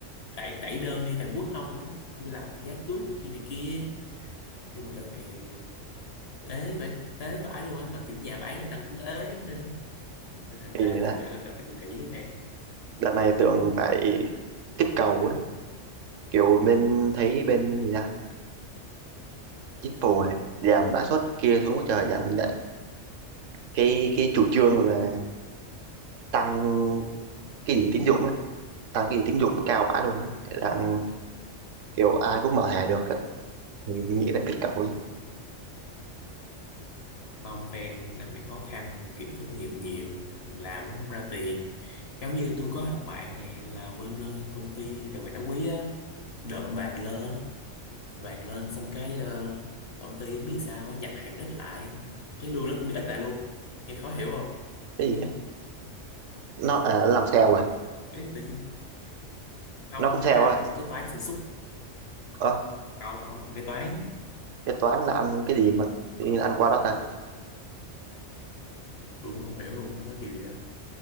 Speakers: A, on the left; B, on the right.
A: đẩy, đẩy đơn đi Hàn Quốc không vậy đó tôi làm giá cước này kia này kia nhưng mà đợt này ế vậy ế vãi luôn á mà kiểu nhà bán người ta cũng ế nữa nên thành ra
B: kỳ
A: chắc là phải cũng kỹ với fan
B: đợt này tưởng phải kích cầu ấy kiểu bên thấy bên gì ta chính phủ này giảm lãi suất kia xuống quá trời giảm lại cái cái chủ trương là tăng cái gì tín dụng á tăng cái gì tín dụng cao bã luôn á đang kiểu ai cũng mở thẻ được á thì nghĩ là kích cầu chứ
A: không fan là mày khó khăn kiểu thất nghiệp nhiều làm cũng không ra tiền giống như tôi có thằng bạn này là bên ờ, công ty về mặt đá quý á đợt vàng lên vàng lên xong cái ờ, công ty không biết vì sao á, nhập hàng ít lại cái lương nó cũng bị ít lại luôn nghe khó hiểu không
B: cái gì ấy nó à, làm sale à
A: ấy tự nhiên không
B: nó cũng
A: nó
B: sale
A: làm
B: à
A: ờ, cái toán sản xuất
B: ờ
A: không không cái toán
B: cái toán là ăn cái gì mà tự nhiên ăn qua đó ta
A: tôi cũng không hiểu luôn nó nói kiểu gì đó